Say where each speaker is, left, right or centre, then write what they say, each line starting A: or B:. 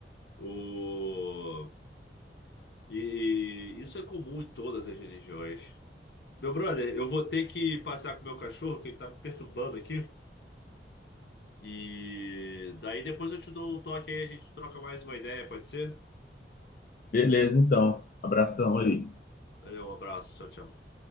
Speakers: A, on the left; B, on the left.
A: O. E isso é comum em todas as religiões. Meu brother, eu vou ter que passear com o meu cachorro, que ele tá me perturbando aqui. E daí depois eu te dou um toque aí, a gente troca mais uma ideia, pode ser?
B: Beleza, então. Abração aí.
A: Valeu, um abraço, tchau, tchau.